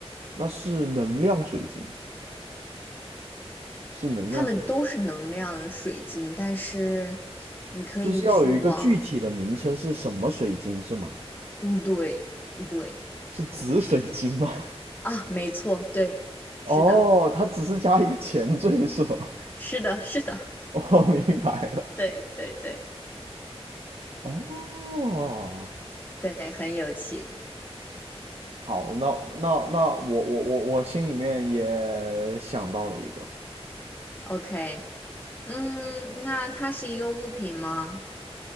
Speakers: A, on the right; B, on the left.
A: 那是能量水晶，是能量水晶，
B: 它们都是能量水晶，但是你可以去往，
A: 就是要有一个具体的名称是什么水晶是吗？
B: 嗯，对，对，
A: 是紫水晶吗？
B: 啊，没错，对，是的，
A: 哦，它只是加一个前缀是吧？
B: 是的，是的，
A: <laughs> 我明白了。
B: 对对对
A: 哦，
B: 对，很有趣。
A: 好，那那那我我我我心里面也想到了一个，
B: OK。嗯，那它是一个物品吗？